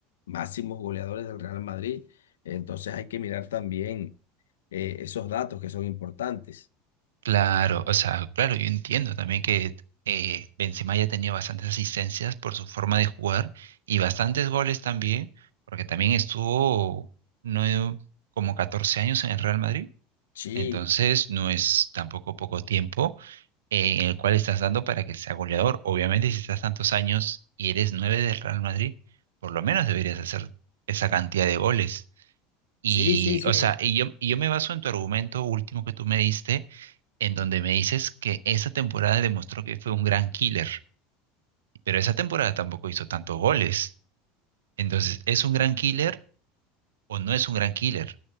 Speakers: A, on the left; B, on the right.
A: máximos goleadores del Real Madrid. Entonces hay que mirar también eh, esos datos que son importantes.
B: Claro, o sea, claro, yo entiendo también que eh, Benzema ya tenía bastantes asistencias por su forma de jugar y bastantes goles también, porque también estuvo no como 14 años en el Real Madrid,
A: Sí,
B: entonces no es tampoco poco tiempo eh, en el cual estás dando para que sea goleador. Obviamente, si estás tantos años y eres nueve del Real Madrid, por lo menos deberías hacer esa cantidad de goles. Y,
A: Sí, sí, sí,
B: o sea, y yo, y yo me baso en tu argumento último que tú me diste en donde me dices que esa temporada demostró que fue un gran killer, pero esa temporada tampoco hizo tantos goles. Entonces, ¿es un gran killer o no es un gran killer?